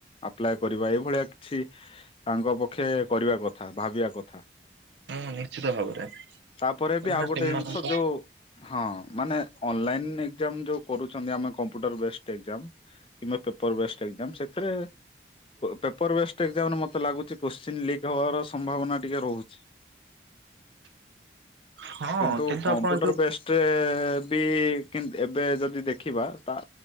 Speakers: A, on the left; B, on the right.
A: ଆପ୍ଲାଏ କରିବା ଏଇଭଳିଆ କିଛି। ତାଙ୍କ ପକ୍ଷେ କରିବା କଥା ଭାବିବା କଥା।
B: ହୁଁ ନିଶ୍ଚିତ ଭାବରେ
A: ତାପରେ ବି
B: ମାନେ
A: ଆଉ ଗୋଟେ
B: ସେମାନଙ୍କ
A: ଜିନିଷ ଯୋଉ ହଁ ମାନେ ଅନଲାଇନ୍ ଏକ୍ଜାମ୍ ଯୋଉ କରୁଛନ୍ତି ଆମେ କମ୍ପୁଟର ବେଷ୍ଟ୍ ଏ କିମ୍ବା ପେପର୍ ବେଷ୍ଟ ଏ ସେଥିରେ ପେପର୍ ବେସ ପ୍ରତ୍ୟେକ ଏକ୍ଜାମ୍ ମତେ ଲାଗୁଛି କୋଶ୍ଚିନି ଲିକ୍ ହବାର ସମ୍ଭାବନା ଟିକେ ରହୁଛି।
B: ହଁ
A: କିନ୍ତୁ କମ୍ପ୍ୟୁଟର
B: ଆପଣ ଯୋଉ
A: ବେଷ୍ଟ୍ ରେ ବି କି ଏବେ ଯଦି ଦେଖିବା ତା